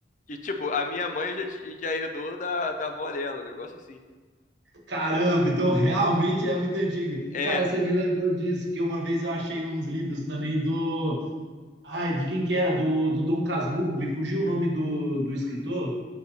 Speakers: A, on the left; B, on the right.
A: E tipo, a minha mãe já, ti- já herdou da, da avó dela, um negócio assim.
B: Caramba, então realmente é muito antigo.
A: É,
B: Cara, você me lembrou disso, que uma vez eu achei uns livros também do. Ai, de quem que era? Do, do Dom Casmurro, me fugiu o nome do, do escritor?